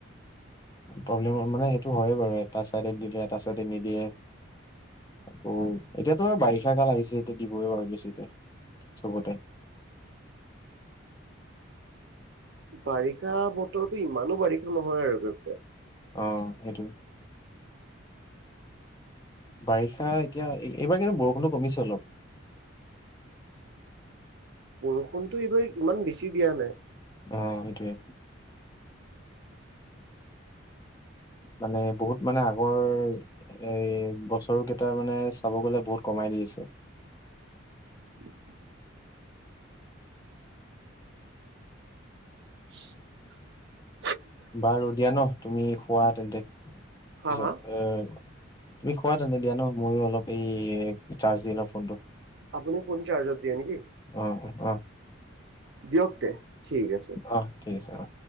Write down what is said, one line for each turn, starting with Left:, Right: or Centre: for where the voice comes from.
Left: প্ৰব্লেম মানে সেইটো হয়ে বাৰু এটা চাইডে দিয়ে এটা চাইডে নিদিয়ে। আকৌ এতিয়াতো বাৰিষা কাল আহিছে এতিয়া দিবই বাৰু বেছিকে চবতে।
Right: বাৰিষা বতৰটো ইমানো বাৰিষা নহয় আৰু <unintelligible>
Left: অ' সেইটো বাৰিষা এতিয়া, এইবাৰ কিন্তু বৰষুণো কমিছে অলপ।
Right: বৰষুণতো এইবাৰ ইমান বেছি দিয়া নাই।
Left: অ' সেইটোৱে। মানে বহুত মানে আগৰ এই বছৰ কেইটাৰ মানে চাব গ'লে বহুত কমাই দি আছে।
Right: <inaudible> <inaudible>
Left: বাৰু দিয়া ন' তুমি খোৱা তেন্তে, পিছত
Right: হা হা
Left: এ তুমি শুৱা তেন্তে দিয়া ন' ম‌ইও অলপ এই চাৰ্জ দি লওঁ ফোনটো।
Right: আপুনি ফোন চাৰ্জত দিয়ে নেকি?
Left: <unintelligible>
Right: দিয়ক তে ঠিক আছে।
Left: অ' ঠিক আছে অ'।